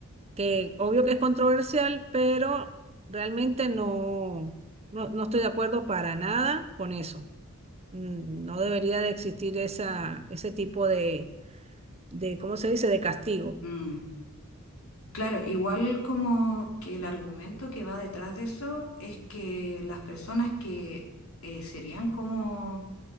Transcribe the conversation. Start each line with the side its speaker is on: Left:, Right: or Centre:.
Right: que obvio que es controversial, pero realmente no, no, no estoy de acuerdo para nada con eso. Mm, No debería de existir esa, ese tipo de, de, ¿cómo se dice?, de castigo.
Left: Mm, Claro, igual como que el argumento que va detrás de eso es que las personas que eh, serían como